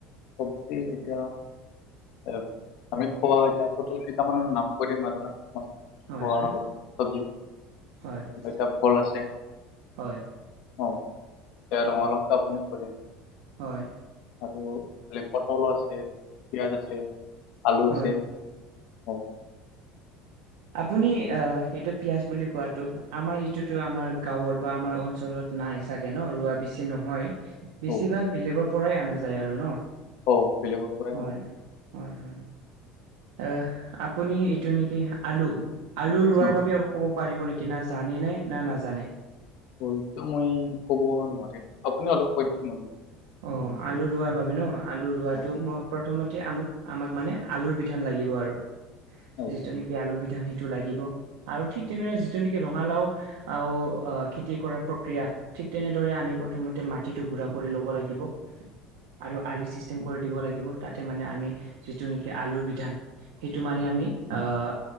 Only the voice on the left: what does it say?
পব্জি এতিয়া এ আমি খোৱা এতিয়া পটল কেইটামানৰ নাম কৈ দিম আৰু না মই
খোৱা
আৰু চবজি
এতিয়া ফল আছে
অ ৰঙালাও টো আপুনি কলে।
আৰু খাল পটলো আছে পিয়ঁাজ আছে আলু
আছে। অ
অ
অ বেলেগৰ পৰাই
অনা
অ
হয়তো মই ক'ব নোৱাৰিম, আপুনি অলপ কৈ দিয়ক নহ'লে।
অ
অ